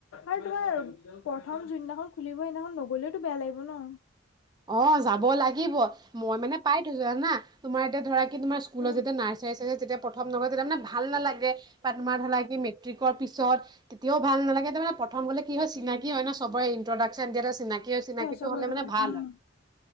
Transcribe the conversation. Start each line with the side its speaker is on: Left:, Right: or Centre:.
Left: আৰু তোমাৰ প্ৰথম যোনদিনাখন খুলিব সেইদিনাখন নগলেওতো বেয়া লাগিব ন।
Right: অ যাব লাগিব, মই মানে পাই থৈছো জানা। তোমাৰ এতিয়া ধৰা কি তোমাৰ স্কুলত
Left: উম
Right: যেতি নাৰ চাই আছে যেতিয়া- প্ৰথম নগৈ তেতিয়া মানে ভাল নালাগে, বা তোমাৰ ধৰা মেট্ৰিকৰ পিছত তেতিয়াও ভাল নালাগে তাৰ মানে- প্ৰথম বোলে কি হয় চিনাকি হয় ন চবৰে ইণ্ট্ৰডাকশচন দিয়া এটা চিনাকি হয় চিনাকিটো
Left: চবৰ
Right: হ'লে
Left: লগতে
Right: মানে ভাল
Left: উম
Right: হয়।